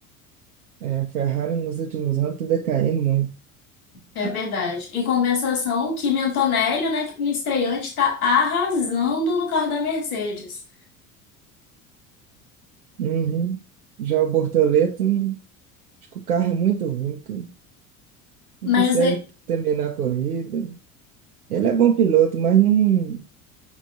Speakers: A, on the right; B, on the left.
A: É, a Ferrari nos últimos anos está decaindo muito.
B: É verdade. Em compensação, o Kimi Antonelli, né, que é minha estreante, tá arrasando no carro da Mercedes.
A: Uhum. Já o Bortoleto, acho que o carro é muito ruim, cara. não
B: Mas
A: consegue
B: é,
A: terminar a corrida. Ele é bom piloto, mas não.